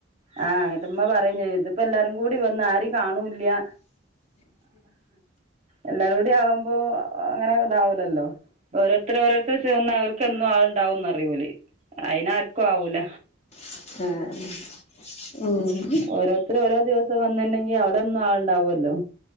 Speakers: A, on the right (about 35°); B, on the left (about 35°).
A: ആഹ് ന്നട്ട് മ്മ പറിം ചെയ്യും ഇതിപ്പോ എല്ലാരും കൂടി വന്ന് ആരിം കാണൂല്ല എല്ലാരും കൂടി ആവുമ്പോ അങ്ങനെ ഇതാവുലല്ലോ ഇത്ര ഓരോരുത്തര് ച്ച് വന്ന ഓര്ക്ക് എന്നും ആള് ണ്ടാവുന്നരിം ഓല് അയിന് ആര്ക്കു ആവൂല്ല
B: ആഹ് ആഹ് ഉം
A: ഓരോരുത്തര് ഓരോ ദിവസം വന്ന്ണ്ടെങ്കിൽ അവ്ടെ എന്നും ആള്ണ്ടാവൊല്ലോ